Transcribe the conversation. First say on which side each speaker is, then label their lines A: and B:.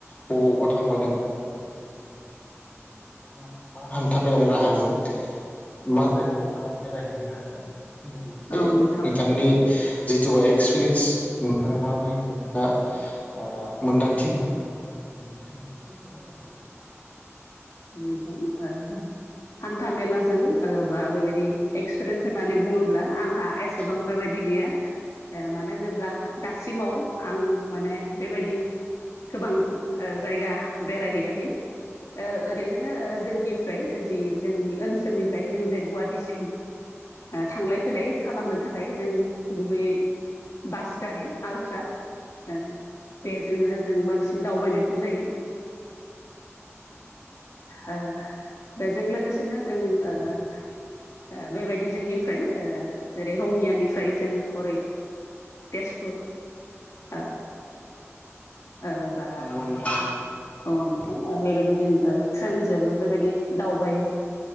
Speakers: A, on the left (about 30°); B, on the left (about 80°).
A: बबावबा थांबाय नामा मा दैखां थांनाय मा मा मा हान्था मेलाायनि राहाजों मा जायगायावहा बेरायहैदों आरो ना? बेनि सोमोन्दै एसे
B: नोंथां औ नोंथां
A: नोंथांनि जितुबा एक्सपिरियेन्स नोंथाङा माबोरै नोंथाङा ओ मोन्दांथि मोनबोनो हानायनि बेनि सोमोन्दै एसे फोरमाय <unintelligible>
B: औ नोंथां ओ आन्था मेलाजों ओ बा बेबायदि एक्सपिरियेन्स होननानै बुङोब्ला आंहा एस एसेबां
A: नंगौ
B: बेबायदि गैया ओ मानो होनोब्ला दासिमाव आं माने बेबायदि गोबां ओ जायगा बेरायहैयाखै, ओ ओरैनो जोंनिफ्राय जि जोंनि ओनसोलनिफ्राय जों जे गुवाहाटिसिम थांलाय - फैलाय, खालामनो थाखाय जों गुबैयै बास गारि, आलट्रा ओ बेजोंनो जों बांसिन दावबायनायखौ जायो। ओ बेजों लोगोसेनो जों ओ - ओ बेबायदि जोंनि फ्राय ओ जेेरै- रङियानिफ्राय जों हरै तेजपुर, ओ ओ बा
A: नोंथां
B: औ नोंथां, बेबायदि जों ओ ट्रेन जोंबो बेबायदि दावबाय